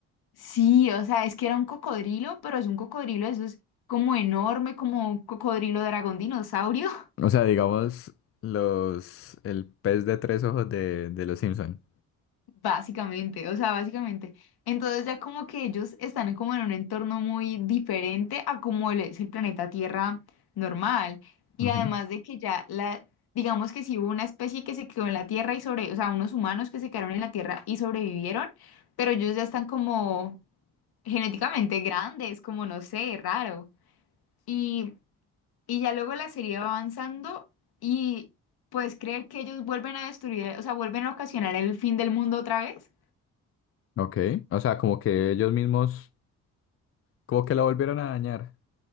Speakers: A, on the left; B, on the left.
A: Sí, o sea, es que era un cocodrilo, pero es un cocodrilo, eso es como enorme, como un cocodrilo dragón dinosaurio,
B: O sea, digamos, los, el pez de tres ojos de, de los Simpson.
A: <laughs> básicamente, o sea, básicamente. Entonces ya como que ellos están como en un entorno muy diferente a como el- es el planeta Tierra normal. Y
B: Ujú.
A: además de que ya la, digamos que si hubo una especie que se quedó en la Tierra y sobre, o sea, unos humanos que se quedaron en la Tierra y sobrevivieron, pero ellos ya están como genéticamente grandes, como no sé, raro. Y Y ya luego la serie va avanzando y puedes creer que ellos vuelven a destruir, o sea, vuelven a ocasionar el fin del mundo otra vez.
B: Ok. O sea, como que ellos mismos, como que lo volvieron a dañar.